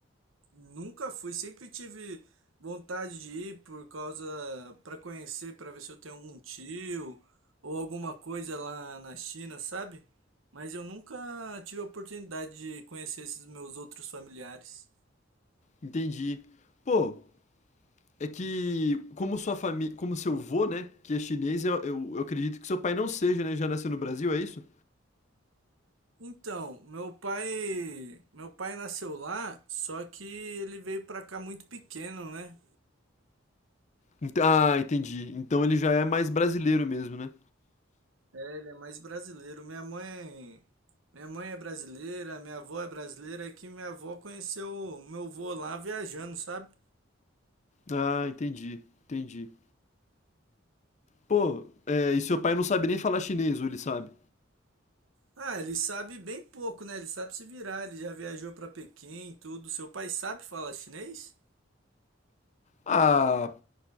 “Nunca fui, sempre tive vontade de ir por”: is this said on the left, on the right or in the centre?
Right